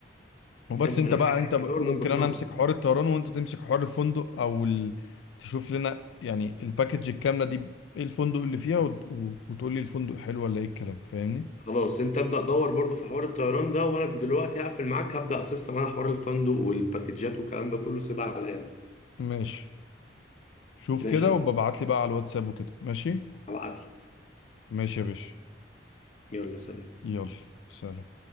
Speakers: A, on the left; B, on the left.
A: وبس
B: حلو
A: انت
B: انا
A: بقى انت ب...
B: يعتبر
A: ممكن
B: ظبطناهم
A: انا امسك حوار الطيران وانت تمسك حوار الفندق او ال... تشوف لنا يعني الباكج الكاملة دي ايه الفندق اللي فيها وت... و... وتقول لي الفندق حلو ولا ايه الكلام فاهمني
B: خلاص انت ابدأ دور برضو في حوار الطيران ده وانا دلوقتي هقفل معاك هبدأ اسيستم انا حوار الفندق والباكجات والكلام ده كله سيبها عليا أنا.
A: ماشي شوف
B: ماشي
A: كده
B: يا باشا
A: وببعت لي بقى على الواتساب وكده ماشي
B: هبعتلك
A: ماشي يا باشا
B: يلا سلام
A: يلا سلام